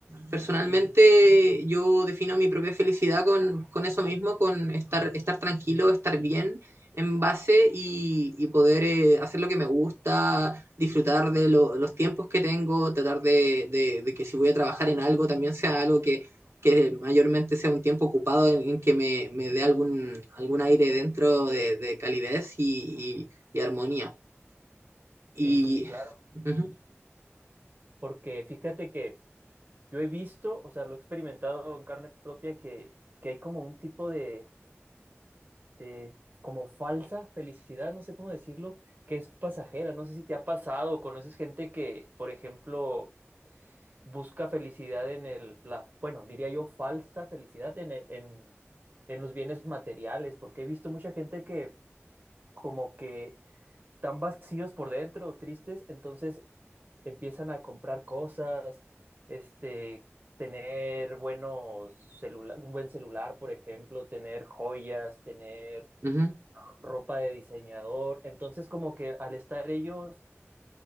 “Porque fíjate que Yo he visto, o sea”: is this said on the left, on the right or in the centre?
Right